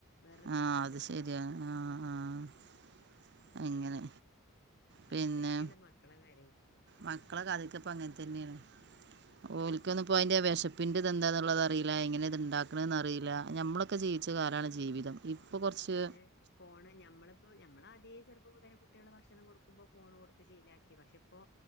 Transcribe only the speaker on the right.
ആ അത്
ശരിയാ ആ ആ അങ്ങനെ പിന്നെ
മക്കളെ കാര്യങ്ങള്ളൊക്കെപ്പങ്ങൻ തന്നേണ് ഓൽക്കൊന്നുപ്പയ്ന്റെ
വെശ പ്പിൻ്റെതെന്താന്നുള്ളതറീല്ല എങ്ങനെത്ണ്ടാക്ക്ണെന്നറിയില ഞമ്മളൊക്കെ ജീവിച്ച
കാലാണ് ജീവിതം ഇപ്പൊ കൊർച്ച്